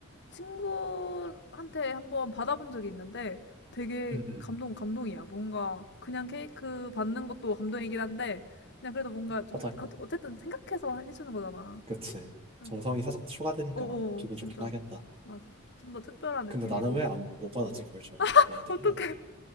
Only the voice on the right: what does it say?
응응.
하자
그치.
정성이
살짝 추가되니까
기분
좋긴 하겠다.
근데 나는 왜 안 못 받았지 그걸 전에
너네들이야.